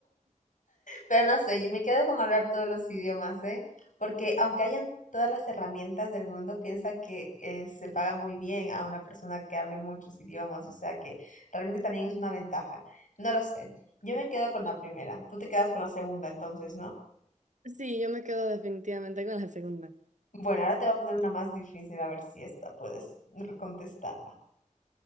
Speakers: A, on the left; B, on the right.
A: Pero no sé, yo me quedo con hablar todos los idiomas, ¿eh? Porque aunque hayan todas las herramientas del mundo, piensa que eh, se paga muy bien a una persona que hable muchos idiomas, o sea que realmente también es una ventaja. No lo sé. Yo me quedo con la primera. Tú te quedas con la segunda, entonces, ¿no?
B: Sí, yo me quedo definitivamente con la segunda.
A: Bueno, ahora te voy a poner una más difícil, a ver si esta puedes re- contestarla.